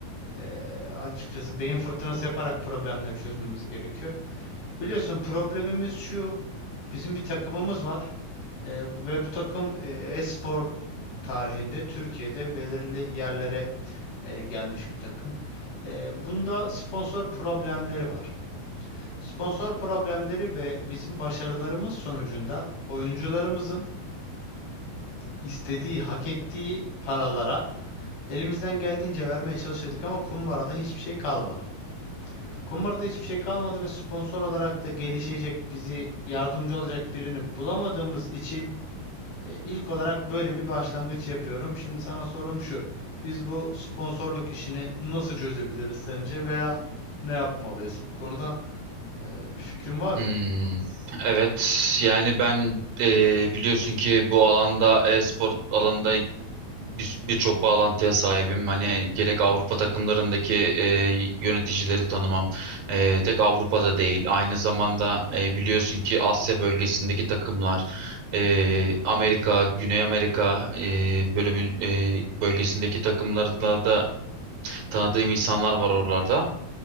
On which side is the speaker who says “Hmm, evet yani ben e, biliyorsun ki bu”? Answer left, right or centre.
Right